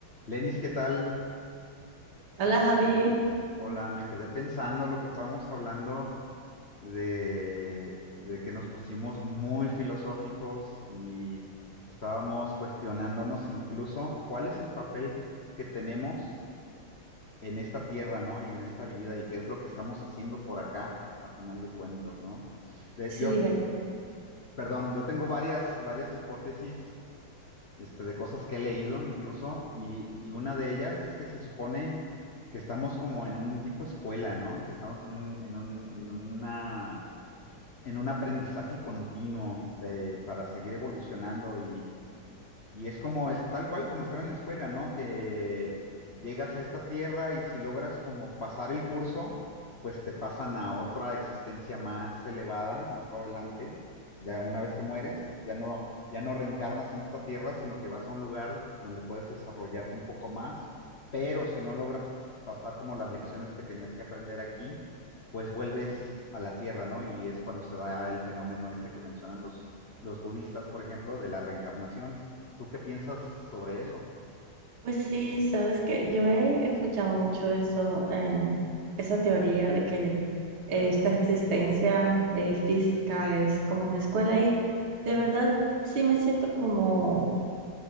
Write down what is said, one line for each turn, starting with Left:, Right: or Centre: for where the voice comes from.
Left: Lenis, ¿qué tal?
Right: Hola Javi,
Left: Hola, me quedé pensando lo que estábamos hablando de, de que nos pusimos muy filosóficos y estábamos cuestionándonos incluso cuál es el papel que tenemos en esta tierra, ¿no? Y en esta vida y qué es lo que estamos haciendo por acá, a final de cuentas, ¿no? Eh,
Right: sí,
Left: Yo,
Right: ver-
Left: perdón, yo tengo varias, varias hipótesis este, de cosas que he leído incluso, y, y una de ellas es que se supone que estamos como en un tipo escuela, ¿no? Que estamos en un, en un, en una, en un aprendizaje continuo de, para seguir evolucionando y, y es como, es tal cual como estar en la escuela, ¿no? Que llegas a esta tierra y si logras como pasar el curso, pues te pasan a otra existencia más elevada, más adelante. Ya una vez que mueres, ya no, ya no reencarnas en esta tierra, sino que vas a un lugar donde puedes desarrollarte un poco más. Pero si no logras pasar como las lecciones que tenías que aprender aquí, pues vuelves a la tierra, ¿no? Y es cuando se da el fenómeno este que mencionan los, los budistas, por ejemplo, de la reencarnación. ¿Tú qué piensas sobre eso?
Right: pues sí, sabes que yo he escuchado mucho eso, eh, esa teoría de que eh, esta existencia eh, física es como una escuela y de verdad sí me siento como,